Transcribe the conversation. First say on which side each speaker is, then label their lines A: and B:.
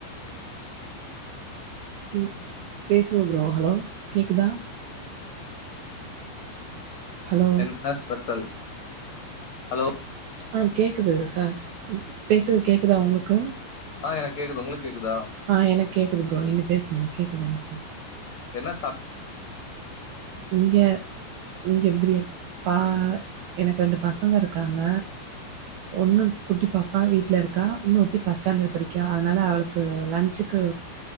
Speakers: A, on the right; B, on the left.
A: ம் பேசுங்க ப்ரோ ஹலோ கேக்குதா ஹலோ
B: என்ன ஸ்பெஷல் ஹலோ
A: ஆ கேக்குது சாஸ் பேசது கேக்குதா உங்களுக்கு
B: ஆனா எனக்கு கேக்குது உங்ளுக்கு கேக்குதா
A: ஆ எனக்கு கேக்குது ஃப்ரோ நீங்க பேசுங்க கேக்குது எனக்
B: என்ன சாப்
A: இங்க இங்க பிரி பா எனக்கு ரெண்டு பசங்க இருக்காங்க ஒன்னு குட்டி பாப்பா வீட்ல இருக்கா இன்னொருத்தி ஃபஸ்ட் ஸ்டாண்டர் படிக்கா அதனால அவளு க்கு லன்சுக்கு